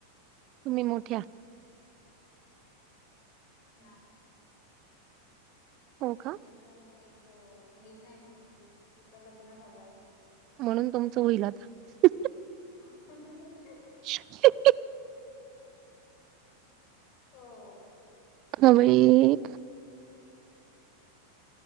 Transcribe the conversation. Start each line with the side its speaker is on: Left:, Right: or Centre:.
Right: तुम्ही मोठ्या.
Left: ना.
Right: हो का
Left: माझ्याशि एक अ बहीण आहे, मोठी तिच लग्नं झालायं.
Right: म्हणून तुमचं होईल आता
Left: <unintelligible> <inaudible>
Right: <inaudible>
Left: हो.
Right: हुई.